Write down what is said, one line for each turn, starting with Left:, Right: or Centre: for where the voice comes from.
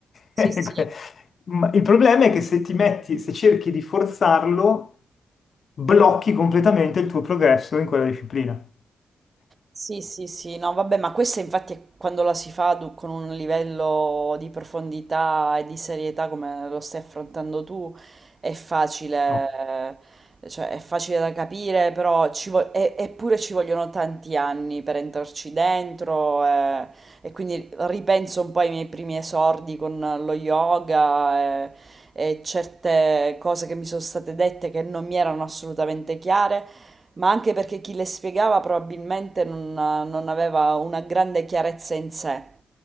Right: sì,
Left: <laughs>
Right: sì.
Left: Ma il problema è che se ti metti, se cerchi di forzarlo, blocchi completamente il tuo progresso in quella disciplina.
Right: Sì, sì, sì, no, vabbè, ma questa infatti è quando la si fa du- con un livello di profondità e di serietà come lo stai affrontando tu, è facile,
Left: No.
Right: eh, cioè è facile da capire, però ci vo- e- eppure ci vogliono tanti anni per entrarci dentro eh, e quindi ripenso un po' ai miei primi esordi con lo yoga e e certe cose che mi sono state dette che non mi erano assolutamente chiare. Ma anche perché chi le spiegava probabilmente non, non aveva una grande chiarezza in sé.